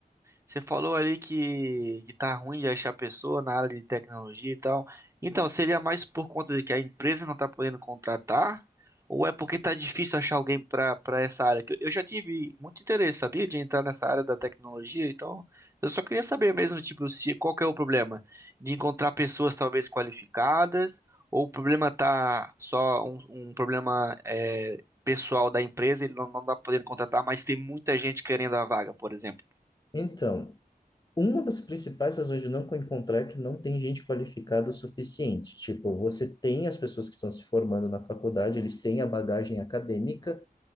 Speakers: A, on the right; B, on the left.
A: você falou ali que, que tá ruim de achar pessoa na área de tecnologia e tal. Então, seria mais por conta de que a empresa não tá podendo contratar? Ou é porque tá difícil achar alguém pra para essa área? Que Eu eu já tive muito interesse, sabia, de entrar nessa área da tecnologia. Então, eu só queria saber mesmo, tipo, se qual que é o problema de encontrar pessoas talvez qualificadas, ou o problema tá só um, um problema é, pessoal da empresa, ele não, não tá podendo contratar, mas tem muita gente querendo a vaga, por exemplo.
B: Então, Uma das principais razões de não encontrar é que não tem gente qualificada o suficiente. Tipo, você tem as pessoas que estão se formando na faculdade, eles têm a bagagem acadêmica,